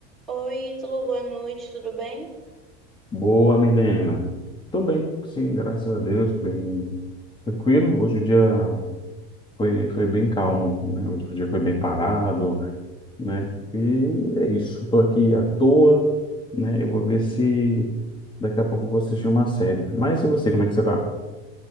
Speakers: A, in the centre; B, on the left.
A: Oi, tudo boa noite, tudo bem?
B: Boa, Milena. Tô bem, sim, graças a Deus, tô bem tranquilo. Hoje o dia foi, foi bem calmo, né? Hoje o dia foi bem parado, né? E é isso, tô aqui à toa, né? Eu vou ver se daqui a pouco eu vou assistir uma série. Mas e você, como é que você tá?